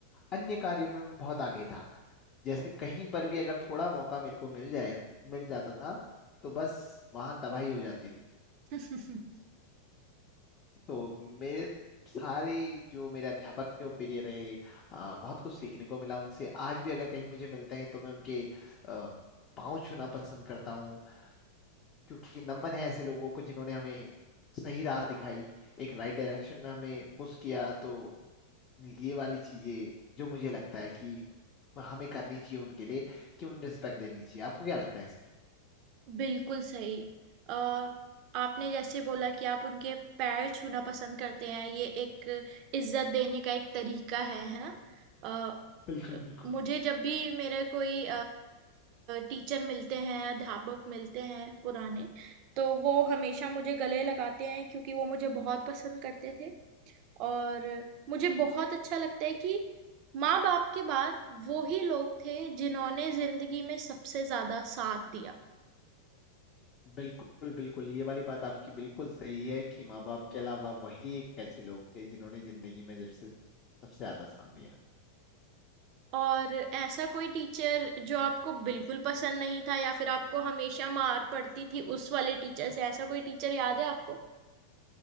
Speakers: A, on the left; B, on the right.
A: अन्य कार्यों में मैं बहुत आगे था जैसे कहीं पर भी अगर थोड़ा मौका मेरे को मिल जाए मिल जाता था तो बस वहां तबाही हो जाती थी
B: <laughs>
A: तो मेरे सारे जो मेरे अध्यापक थे वो प्रिय रहे आ, बहुत कुछ सीखने को मिला उनसे आज भी अगर कहीं मुझे मिलते हैं तो मैं उनके आ, पाँव छूना पसंद करता हूँ क्योंकि नमन है ऐसे लोगों को जिन्होंने हमें सही राह दिखाई एक राइट डायरेक्शन में हमें पुश किया तो ये वाली चीजें जो मुझे लगता है कि हमें करनी चाहिए उन्हें के लिए कि उन्हें रिस्पेक्ट देनी चाहिए आपको क्या लगता है इस
B: बिल्कुल सही अ, आपने जैसे बोला कि आप उनके पैर छूना पसंद करते हैं ये एक इज्जत देने का एक तरीका है है ना अ,
A: बिल्कुल बिल्कुल
B: मुझे जब भी मेरे कोई टीचर मिलते हैं अध्यापक मिलते हैं पुराने तो वो हमेशा मुझे गले लगाते हैं क्योंकि वो मुझे बहुत पसंद करते थे और मुझे बहुत अच्छा लगता है कि माँ बाप के बाद वो ही लोग थे जिन्होंने जिंदगी में सबसे ज्यादा साथ दिया
A: बिल्कुल बिल्कुल ये वाली बात आपकी बिल्कुल सही है कि माँ बाप के अलावा वही एक ऐसे लोग थे जिन्होंने जिंदगी में जब से सबसे ज्यादा साथ दिया
B: और ऐसा कोई टीचर जो आपको बिल्कुल पसंद नहीं था या फिर आपको हमेशा मार पड़ती थी उस वाले टीचर से ऐसा कोई टीचर याद है आपको